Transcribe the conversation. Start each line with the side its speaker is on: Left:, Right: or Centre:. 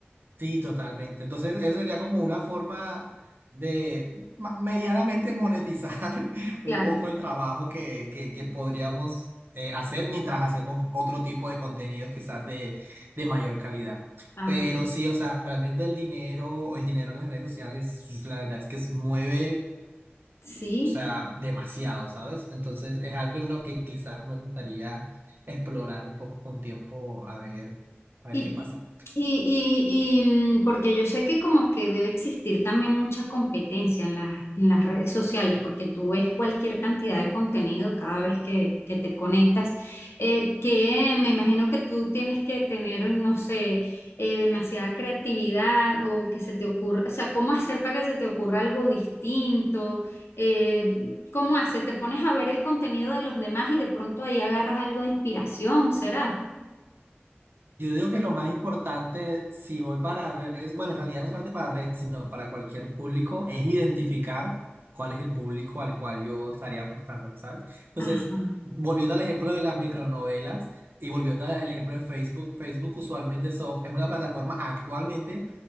Right: Sí, totalmente. Entonces, eso sería como una forma de ma- medianamente monetizar <laughs> un
Left: Claro.
Right: poco el trabajo que, que, que podríamos eh, hacer mientras hacemos otro tipo de contenidos quizás de, de mayor calidad.
Left: Ah,
Right: Pero sí, o sea, realmente el dinero, el dinero en las redes sociales, pues, la verdad es que se mueve,
Left: sí.
Right: o sea, demasiado, ¿sabes? Entonces, es algo en lo que quizás me gustaría explorar un poco con tiempo, a ver, a ver
Left: Y,
Right: qué pasa.
Left: y, y- y, mm, porque yo sé que como que debe existir también mucha competencia en las, en las redes sociales, porque tú ves cualquier cantidad de contenido cada vez que, que te conectas, eh, que me imagino que tú tienes que tener, no sé, eh, demasiada creatividad o que se te ocurra, o sea, ¿cómo hacer para que se te ocurra algo distinto? Eh, ¿cómo haces? ¿Te pones a ver el contenido de los demás y de pronto ahí agarras algo de inspiración, será?
Right: Yo digo que lo más importante, si voy para redes, bueno, en realidad no solamente para redes, sino para cualquier público, es identificar cuál es el público al cual yo estaría apostando, ¿sabes? Entonces,
Left: Ajá,
Right: volviendo al ejemplo de las micronovelas y volviendo al al ejemplo de Facebook, Facebook usualmente so- es una plataforma actualmente